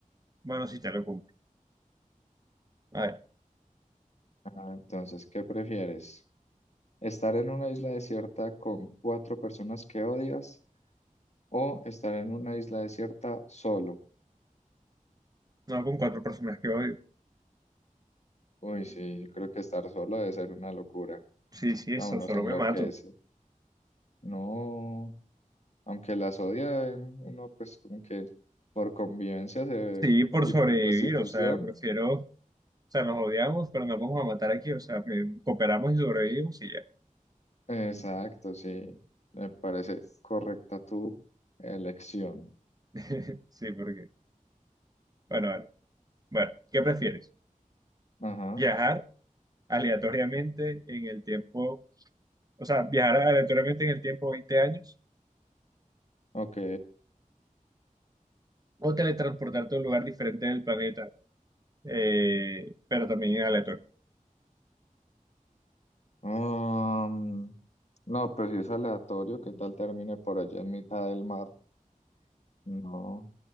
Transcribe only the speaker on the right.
bueno, sí, te lo compro. A ver,
no con cuatro personas que odio.
Sí, sí, eso,
solo
me mato.
Sí, por
sobrevivir,
o sea, prefiero, o sea, nos odiamos, pero nos vamos a matar aquí, o sea, que cooperamos y sobrevivimos y ya.
<laughs> Sí, porque, bueno, vale. Bueno, ¿qué prefieres?
¿Viajar aleatoriamente en el tiempo, o sea, viajar aleatoriamente en el tiempo 20 años
o teletransportarte a un lugar diferente del planeta, eh, pero también en aleatorio?